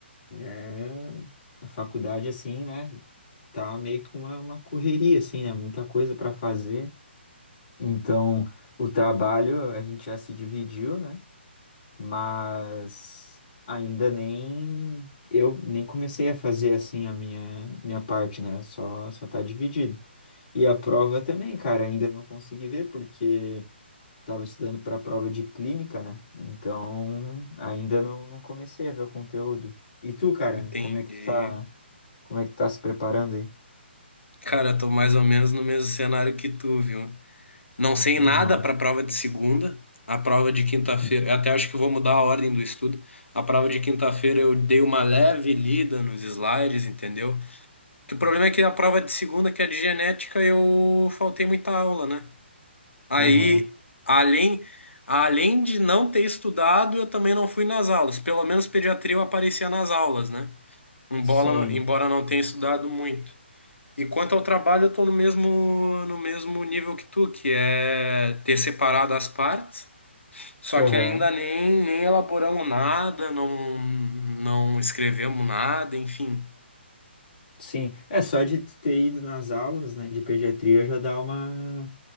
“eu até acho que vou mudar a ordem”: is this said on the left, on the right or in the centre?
Left